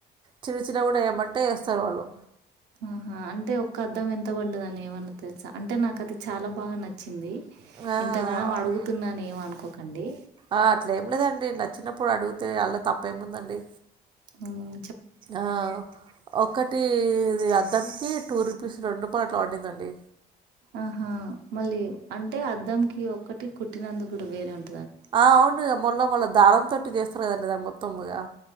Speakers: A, on the right; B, on the right.
A: చిన్న చిన్న కూడా ఏయ్యమంటే ఎస్తారు వాళ్ళు
B: ఆహా అంటే ఒక్క అద్దం ఎంత పడ్డదని ఏమన్నా తెలుస అంటే నాకు అది చాలా బాగా నచ్చింది
A: ఇంతలా
B: ఇంతగనం అడుగుతున్నాను
A: ఏమో
B: ఏమి అనుకోకండి
A: ఆ అట్లా ఏం లేదండి నచ్చినప్పుడు అడిగితే అల తప్పు ఏముందండి
B: మ్
A: ఆ ఒకటి ఇది అద్దం కి టూ రూపీస్ రెండు ప అట్లాఅడిదండి
B: ఆహా మళ్ళీ అంటే అద్దంకి ఒక్కటి కుట్టినందు కూడా వేరే ఉ
A: ఆ అవునుగ మొళ్ళ మొళ్ళ దారం తోటి జేస్తారు కదండి దాని మొత్తంగా